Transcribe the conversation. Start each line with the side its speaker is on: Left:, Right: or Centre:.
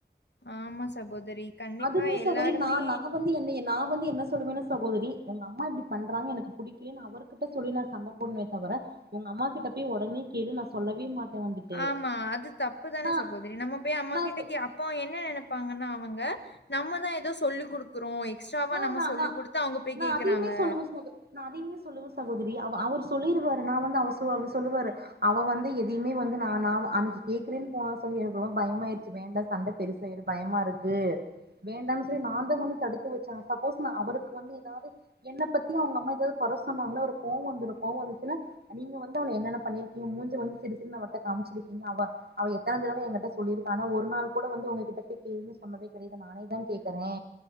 Left: ஆமா சகோதரி. கண்டிப்பா
Right: அதுமே
Left: எல்லாருமே
Right: சகோதரி நா நா வந்து என்ன நா வந்து என்ன சொல்லுவனா ச சகோதரி உங்க அம்மா இப்டி பண்றாங்க எனக்கு புடிக்கல அவர்கிட்ட சொல்லி நா சண்ட போடுவே தவர உங்க அம்மா கிட்ட போய் ஒடனே கேளு நா சொல்லவே மாட்டே வந்துட்டு
Left: ஆமா. அது தப்பு தான
Right: நா
Left: சகோதிரி நம்ம போய் அம்மா
Right: நா
Left: கிட்ட
Right: சொ
Left: கே அப் ப்போ என்ன நினைப்பாங்கன்னா அவங்க நம்மதா ஏதோ சொல்லிக் கொடுக் குறோ எக்ஸ்ட்ராவா
Right: ஆ
Left: நம்ம
Right: நா
Left: சொல்லி
Right: நா
Left: குடுத்து அவங்க போய்
Right: நா
Left: கேக்குறாங்க
Right: அதையுமே சொல்லுவே சகோ நா அதையுமே சொல்லுவ சகோதரி அவ அவர் சொல்லிருவாரு நா வந்து அவ அவ சொல்லுவாரு அவ வந்து எதையுமே வந்து நா நா அன்னைக் கேக்குறனு போன சொல்லி எனக்கு ரொம்ப பயமாயிடுச்சு வேண்டா சண்ட பெருச ஆயிடு பயமா இருக்கு வேண்டான் சொல்லி நாந்தா வந்து தடுத்து வச்ச சப்போஸ் நா அவருக்கு வந்து எதாது என்ன பத்தி அவங்க அம்மா ஏதாது கொற சொன்னாங்கனா அவருக்கு கோவ வந்துரு கோவ வந்துச்சுன்னா நீங்க வந்து அவள என்னன்ன பண்ணிருக்கீங்க மூஞ்ச வந்து சிறுசிறுனு அவள்ட்ட காமிச்சிருக்கீங்க அவ அவ எத்தன தடவ என்கிட்ட சொல்லிருக்கா ஆனா ஒரு நாள் கூட வந்து உங்ககிட்ட போய் கேளுன்னு சொன்னதே கெடையாது நானே தா கேக்குறே